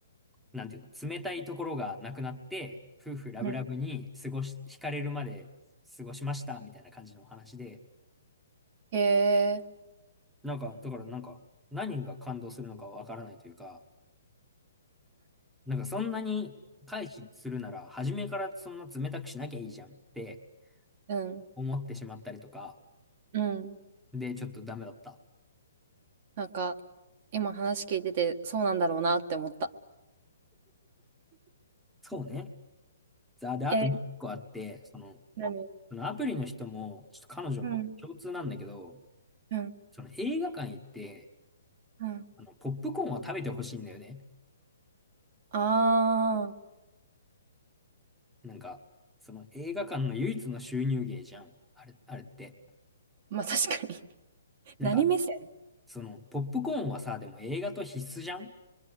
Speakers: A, in the centre; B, on the right.
A: なんていうの、冷たいところがなくなって、夫婦ラブラブに過ごし、
B: うん。
A: 惹かれるまで過ごしました、みたいな感じのお話で、
B: へえ。
A: なんか、だからなんか、何が感動するのかわからないというか、なんかそんなに回避するなら、初めからそんな冷たくしなきゃいいじゃんって
B: うん、
A: 思ってしまったりとか、
B: うん。
A: で、ちょっとダメだった。
B: なんか、今話聞いてて、そうなんだろうなって思った。
A: そうね。あ、で、あともう一個あって、
B: え、
A: その、
B: 何
A: そのアプリの人も、ちょっと彼女も共通なんだけど、
B: うん、うん、
A: その映画館行って、
B: うん。
A: あの、ポップコーンは食べてほしいんだよね。
B: あー、
A: なんか、その映画館の唯一の収入源じゃん。あれ、あれって。
B: まあ確かに <laughs>
A: なんか、
B: 何目線
A: その、ポップコーンはさ、でも映画と必須じゃん